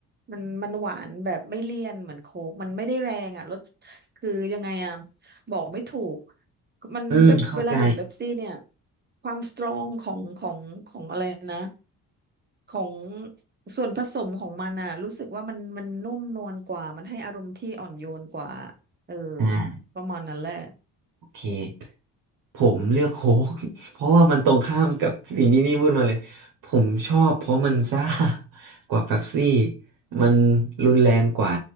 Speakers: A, on the right; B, on the right.
A: มันมันหวานแบบไม่เลี่ยนเหมือนโค้กมันไม่ได้แรงอ่ะรสคือยังไงอ่ะบอกไม่ถูกมันเป๊ปเวลาดื่มเป๊ปซี่เนี่ย
B: อืมเข้าใจ
A: ความสตรองของของของอะไรนะ ของส่วนผสมของมันอ่ะรู้สึกว่ามันมันนุ่มนวลกว่ามันให้อารมณ์ที่อ่อนโยนกว่าเออ
B: อ่า
A: ประมาณนั้นแหละ
B: เคผมเลือกโค้ก <laughs> เพราะว่ามันตรงข้ามกับสิ่งที่นี่พูดมาเลยผมชอบเพราะมันซ่ากว่าเป๊ปซี่มันรุนแรงกว่า